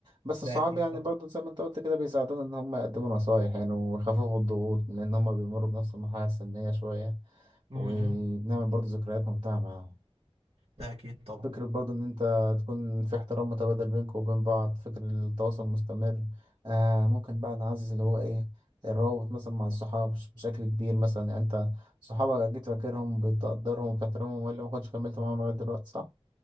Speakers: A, on the right (about 50°); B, on the right (about 75°).
A: بس
B: ده
A: الصحاب
B: اكيد
A: يعني
B: طبعا
A: برضو زي ما أنت قلت كده بيساعدونا إن هم يقدموا نصايح يعني ويخففوا الضغوط لأن هم بيمروا بنفس المرحلة السنية شوية
B: مم.
A: وبنعمل برضو ذكريات ممتعة معاهم.
B: ده اكيد طبعا
A: فكرة برضو إن أنت تكون في احترام متبادل بينك وبين بعض فكرة التواصل المستمر آه ممكن بقى نعزز اللي هو إيه الروابط مثلا مع الصحاب بش- بشكل كبير مثلا يعني أنت صحابك أكيد فاكرهم بتقدرهم وبتحترمهم وإلا ما كنتش كملت معاهم لغاية دلوقتي صح؟